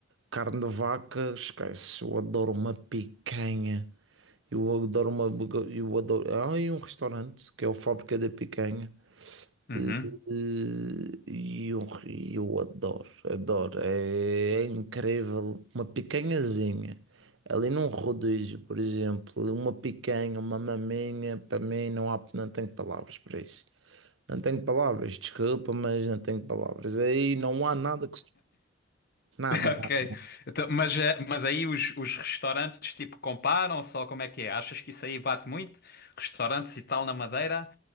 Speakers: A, on the right; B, on the left.
A: carne de vaca, esquece, eu adoro uma picanha. Eu adoro uma, buga- eu adoro, há aí um restaurante que é o Fábrica da Picanha.
B: Uhum.
A: eh, eh, E eu, e eu adoro, adoro. É, é incrível. Uma picanhazinha. Ali num rodízio, por exemplo, uma picanha, uma maminha, para mim não há, não tenho palavras para isso. Não tenho palavras, desculpa, mas não tenho palavras. Aí não há nada que. se- Nada,
B: <laughs>
A: nada.
B: Ok. Então, mas, eh, mas aí os, os restaurantes tipo comparam só como é que é? Achas que isso aí bate muito? Restaurantes e tal na Madeira?